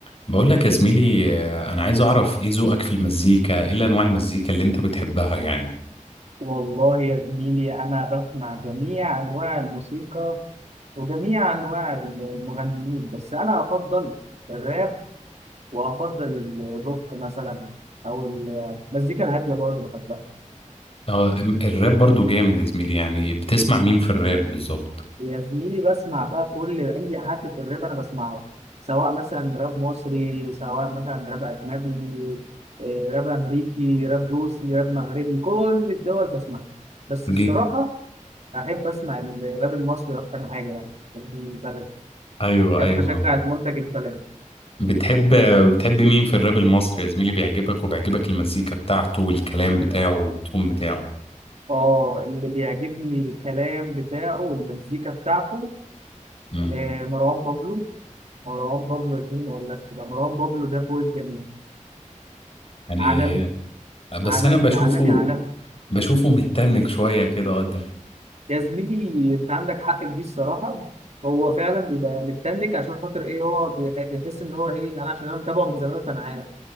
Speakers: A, on the left; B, on the right.
A: بقول لك يا زميلي آه، انا عايز اعرف ايه ذوقك في المزيكا ايه انواع المزيكا اللي انت بتحبها يعني
B: والله يا زميلي أنا بسمع جميع أنواع الموسيقى وجميع أنواع المغنيين بس أنا أفضل الراب وأفضل الروك مثلا أو المزيكا الهادية برضه بحبها
A: اه ام- الراب برضو جامد يا زميلي يعني بتسمع مين في الراب بالظبط
B: يا زميلي بسمع بقى كل أي حد في الراب أنا بسمعه سواء مثلا راب مصري سواء مثلا راب أجنبي إيه، راب أمريكي راب روسي راب مغربي كل الدول بسمعها بس الصراحة
A: جي-
B: أحب أسمع الراب المصري أكتر حاجة يعني عشان دي بلدي
A: ايوه
B: أحب
A: ايوه
B: أشجع المنتج البلدي
A: بتحب بتحب مين في الراب المصري يا زميلي بيعجبك وبيعجبك المزيكا بتاعته والكلام بتاعه والتون بتاعه
B: آه اللي بيعجبني الكلام بتاعه والمزيكا بتاعته
A: امم
B: آه مروان بابلو مروان بابلو يا زميلي ما أقولكش ده مروان بابلو ده فوق الجميع
A: يعني
B: عالمي
A: آه، بس
B: عالمي
A: انا بشوفه
B: عالمي عالمي
A: بشوفه متنك شوية كده قدام
B: يا زميلي أنت عندك حق في دي الصراحة هو فعلا بيبقى متنك عشان خاطر إيه هو بيح- بيحس إن هو إيه أنا عشان أنا متابعه من زمان فأنا عارف